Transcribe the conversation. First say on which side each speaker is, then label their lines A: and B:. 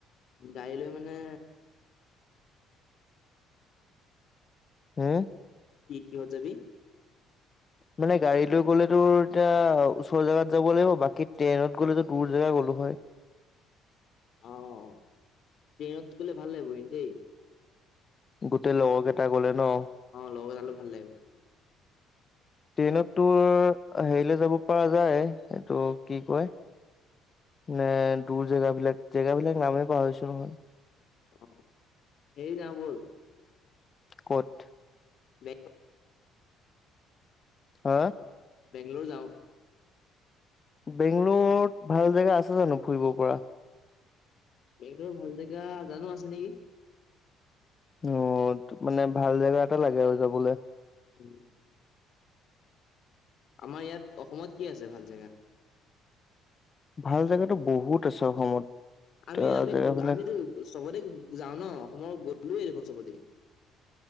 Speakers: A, on the left; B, on the left.
A: গাড়ী লৈ মানে
B: হুম'।
A: কি কিহ'ত যাবি?
B: মানে গাড়ী লৈ গ'লেতো এতিয়া ওচৰ জেগাত যাব লাগিব বাকী ট্ৰেইনত গ'লেতো দূৰ জেগা গ'লো হয়।
A: অঁ', -অঁ', টেইনত গ'লে ভাল লাগিব কিন্তু দেই।
B: গোটেই লগৰ কেইটা গ'লে ন'হ।
A: অঁ' লগৰ গ'লে ভাল লাগিব।
B: <unintelligible> ট্ৰেইনত তোৰ হেৰিলে যাব পৰা যায় এইটো কি কয়- মানে দূৰ জেগাবিলাক, জেগাবিলাক নামেই পাহৰিছোঁ মই।
A: অ হেৰি যাওঁ বল।
B: ক'ত?
A: বে <inaudible>
B: হা'।
A: বেংগলোৰ যাওঁ।
B: বেংগলোত ভাল জেগা আছে জানো ফুৰিব পৰা?
A: বেংগলোৰৰ ভাল জেগা জানো আছে নেকি।
B: অঁ, তো মানে ভাল জেগা এটা লাগে আৰু যাবলে।
A: উম'। আমাৰ ইয়াত অসমত কি আছে ভাল জেগা?
B: ভাল জেগাতো বহুত আছে অসমত।
A: আমি আমি
B: জেগাবিলাক
A: গ আমিতো চবতে যাওঁ ন অসমৰ গলোৱে দেখোন চবতে।